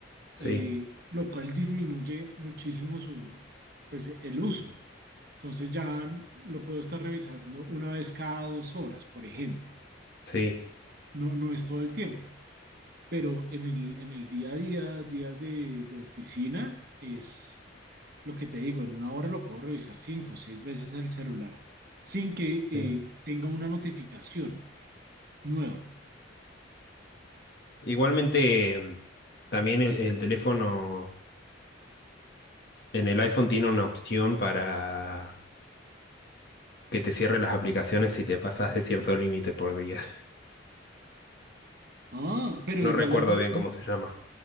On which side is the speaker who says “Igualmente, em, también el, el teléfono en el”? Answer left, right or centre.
Left